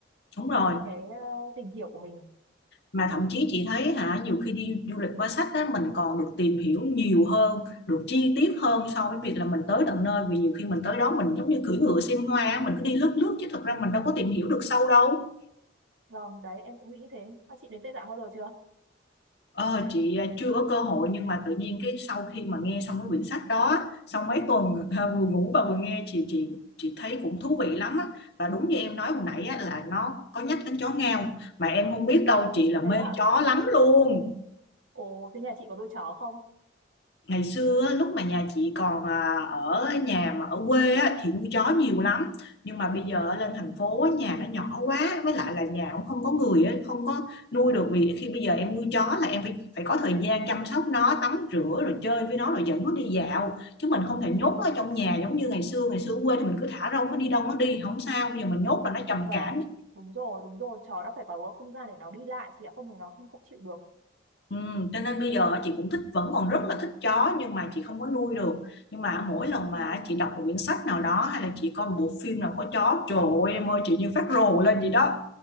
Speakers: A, on the left; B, on the right.
A: đúng rồi
B: qua những cái ờ, tìm hiểu của mình
A: mà thậm chí chị thấy hả nhiều khi đi du lịch qua sách á mình còn được tìm hiểu nhiều hơn được chi tiết hơn so với việc là mình tới tận nơi vì nhiều khi mình tới đó mình giống như cưỡi ngựa xem hoa á, mình cứ đi lướt lướt chứ thật ra
B: ừ.
A: mình đâu có tìm hiểu được sâu đâu
B: vâng đấy em cũng nghĩ thế à, chị đến Tây Tạng bao giờ chưa
A: ờ, chị à, chưa có cơ hội nhưng mà tự nhiên cái sau khi mà nghe xong cái quyển sách đó á, sau mấy tuần <laughs> à, vừa ngủ và vừa nghe chị chị chị thấy cũng thú vị lắm á và đúng như em nói hồi nãy á, là nó có nhắc đến chó ngao mà em không biết đâu chị là
B: thế
A: mê
B: ạ
A: chó lắm luôn
B: ồ thế nhà chị có nuôi chó không
A: ngày xưa á, lúc mà nhà chị còn à, ở nhà mà ở quê á, thì nuôi chó nhiều lắm nhưng mà bây giờ lên thành phố á, nhà nó nhỏ quá với lại là nhà cũng không có người á, không có nuôi được vì khi bây giờ em nuôi chó là em phải phải có thời gian chăm sóc nó tắm rửa rồi chơi với nó rồi dẫn nó đi dạo chứ mình không thể nhốt nó ở trong nhà giống như ngày xưa ngày xưa ở quê thì mình cứ thả rông nó đi đâu nó đi không sao bây giờ mình nhốt là nó trầm
B: vâng
A: cảm
B: đúng rồi đúng rồi chó nó phải có không gian để nó đi lại chị ạ không thì nó không không chịu được
A: Ừ, cho nên bây giờ chị cũng thích vẫn còn rất là thích chó nhưng mà chị không có nuôi được nhưng mà mỗi lần mà
B: ừ.
A: chị đọc một quyển sách nào đó hay là chị coi một bộ phim nào có chó trời ơi em ơi chị như phát rồ lên vậy đó